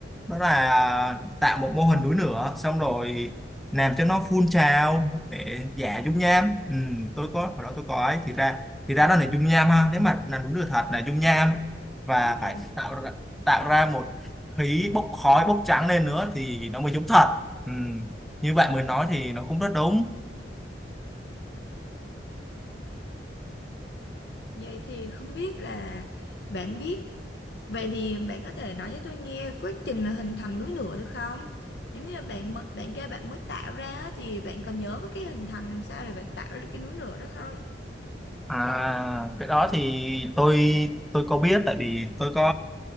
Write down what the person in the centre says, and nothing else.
đó là ờ, tạo một mô hình núi lửa xong rồi làm cho nó phun trào để giả dung nham ừ, tôi có hồi đó tôi có ấy thì ra thì ra nó là dung nham ha nếu mà là núi lửa thật là dung nham và
phải tạo ra, tạo ra một khí bốc khói bốc trắng lên nữa thì nó mới giống thật ừ. như bạn mới nói thì nó cũng rất đúng
À, cái đó thì tôi tôi có biết tại vì tôi có